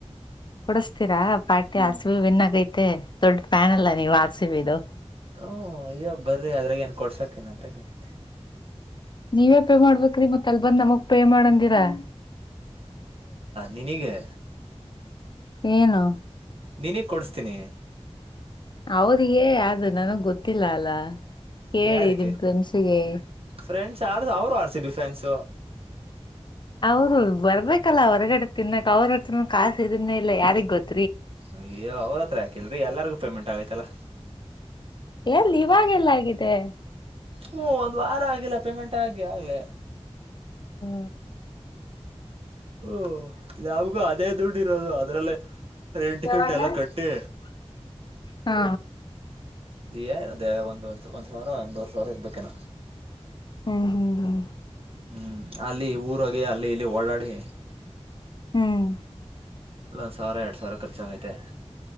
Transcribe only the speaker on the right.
ಹ್ಮ್ ಅಯ್ಯೋ ಬರ್ರಿ ಅದ್ರಾಗ ಏನ್ ಕೊಡ್ಸಾಕ ನ್ ಅದ್ರಾಗ ಏನೈತೆ
ನಿನಿಗೆ
ನೀನಗ ಕೊಡ್ಸ್ತೀನಿ
ಯಾರಿಗೆ
ಫ್ರೆಂಡ್ಸ್ ಆರ್ ಅವರು ಆರ್ಸಿಬಿ ಫ್ರ್ಯಾನ್ಸ್
ಅಯ್ಯೋ ಅವ್ರ ಹತ್ರ ಯಾಕಿಲ್ರರಿ ಎಲ್ಲರಿಗು ಪೇಮೆಂಟ್ ಆಗೈತಿ <unintelligible>
ಹ್ಮ್ ಒಂದ್ ವಾರ ಆಗಿಲ್ಲ ಪೇಮೆಂಟ್ ಆಗಿ ಆಗಲೇ
ಓ ಯಾವಗೂ ಅದೇ ದುಡ್ಡು ಇರೋದು ಅದ್ರಲ್ಲೇ ರೆಂಟ್
ಗಿಂಟ ಎಲೣ ಕಟ್ಟಿ
ಹೇಳ್ ಅದೆ ಒಂದ ಒಂದ್ಸ ಸಾವಿರ ಒಂದವರ ಸಾ ಸಾವರ ಇರ್ಬೇಕನ್
ಹ್ಮ್ ಅಲ್ಲಿ ಊರೋಗಿ ಅಲ್ಲಿ ಇಲ್ಲಿ ಓಡಾಡಿ
ಅಲ್ಲ ಒಂದ್ ಸಾವಿರ ಎರಡ್ ಸಾವಿರ ಖರ್ಚಾಗೈತೆ